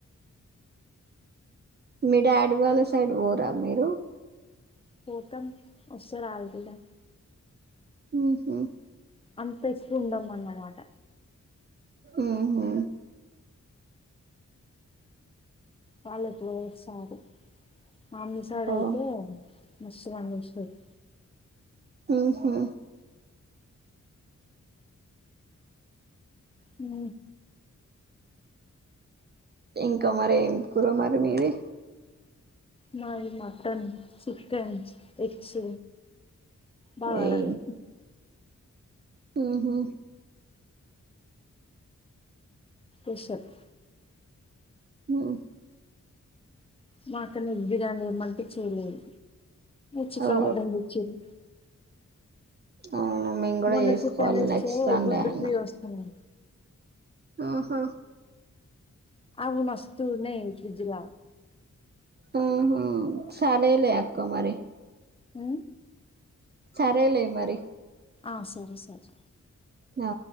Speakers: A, on the right (about 35°); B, on the left (about 20°).
A: మీ డాడీ వాళ్ళ సైడ్ పోరా మీరు
B: పోతం వస్తారు వాళ్లు కూడా
A: ఉహు
B: అంత తెచ్చి ఉండమ అన్నమాట
A: ఉహు
B: వాళ్ళతో ఒసారు మామిసడ
A: ఓ
B: అయితే మస్త్ అనిపిస్తుంది
A: ఉహు
B: ఉ
A: ఇంకా మరి ఏం కుర మరి మీది
B: మాది మటన్ చికెన్ ఎగ్స్ బంగారన్నం
A: ఏయ్ ఉహు
B: ఉషప్
A: ఉహు
B: మా అక్కని బిర్యానీ చెయ్యమంటే చేయలేదు చికెన్
A: ఓ
B: మటన్ తెచ్చిరు
A: అవును మేము కూడా
B: మొన్న
A: చేసుకోవాలి
B: చికెన్ తెస్తే
A: నెక్స్ట్ సండే
B: గుడ్డు
A: అన్న
B: ఫ్రై వస్తుంది
A: ఆహా
B: ఆవు మస్తు ఉన్నాయి ఫ్రిజ్ల
A: ఉహు సరేలే అక్క మరి
B: ఉ
A: సరేలే మరి
B: ఆ సరే సరే
A: ఆ